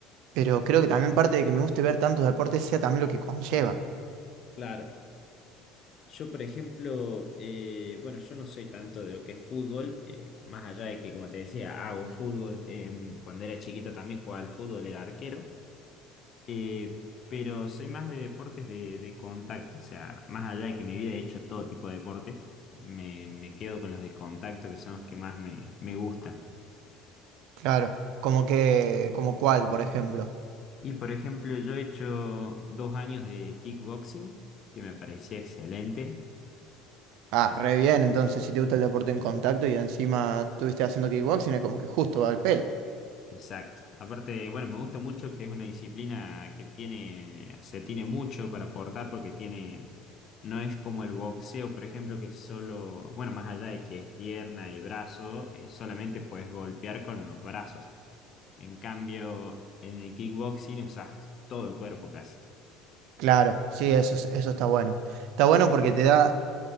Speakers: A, on the right (about 65°); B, on the left (about 35°).
A: Pero creo que también parte de que me guste ver tantos deportes sea también lo que conlleva.
B: Claro. Yo, por ejemplo, eh, bueno, yo no soy tanto de lo que es fútbol, eh, más allá de que, como te decía, hago fútbol. em, cuando era chiquito también jugaba al fútbol, era arquero, eh, pero soy más de deportes de, de contacto, o sea, más allá de que mi vida he hecho todo tipo de deportes, me, me quedo con los de contacto, que son los que más me, me gustan.
A: Claro. Como que, como cuál, por ejemplo.
B: Y, por ejemplo, yo he hecho dos años de kickboxing, que me parecía excelente.
A: Ah, re bien, entonces, si te gusta el deporte en contacto y encima estuviste haciendo kickboxing, es como que justo va al pelo.
B: Exacto. Aparte, bueno, me gusta mucho que es una disciplina que tiene, se tiene mucho para aportar porque tiene, no es como el boxeo, por ejemplo, que es solo, bueno, más allá de que es pierna y brazo, eh, solamente puedes golpear con los brazos. En cambio, en el kickboxing usas todo el cuerpo casi.
A: Claro, sí, eso, es- eso está bueno. Está bueno porque te da